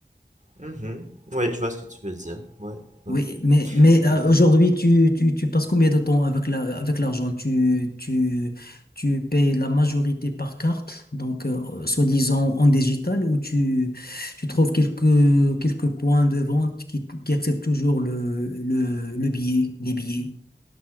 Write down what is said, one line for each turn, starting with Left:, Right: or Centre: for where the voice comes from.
Right: Mhm. Oui, je vois ce que tu veux dire. Ouais, ouais.
Left: Oui, mais, mais euh,
Right: Mhm.
Left: aujourd'hui, tu, tu, tu passes combien de temps avec la, avec l'argent? Tu, tu, tu payes la majorité par carte, donc euh, soi-disant en digital, ou tu, tu trouves quelques, quelques points de vente qui, qui acceptent toujours le, le, le billet, les billets?